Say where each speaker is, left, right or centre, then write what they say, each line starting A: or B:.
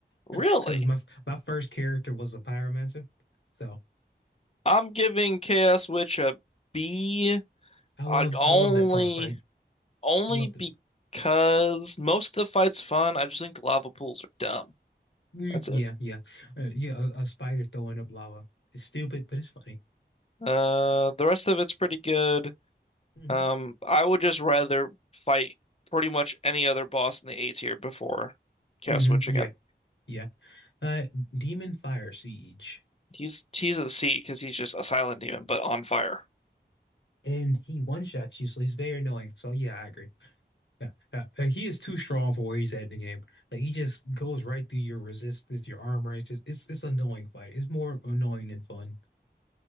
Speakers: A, on the left; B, on the left.
A: Really?
B: Because my my first character was a pyromancer. So
A: I'm giving Chaos Witch a B.
B: I love
A: I only
B: I love that boss fight.
A: Only
B: I loved it.
A: because most of the fight's fun. I just think the lava pools are dumb.
B: Mm,
A: That's
B: yeah,
A: it.
B: yeah. Uh, yeah, a, a spider throwing up lava. It's stupid, but it's funny.
A: Uh, the rest of it's pretty good.
B: Mm-hmm.
A: Um, I would just rather fight pretty much any other boss in the A tier before Chaos
B: Mm-hmm.
A: Witch again.
B: Yeah. Yeah. Uh, Demon Fire Siege.
A: He's he's a C because he's just a silent demon, but on fire.
B: And he one-shots you, so he's very annoying. So yeah, I agree. Yeah, yeah. Uh, he is too strong for where he's at in the game. Like he just goes right through your resistance, your armor. It's just it's it's an annoying fight. It's more annoying than fun.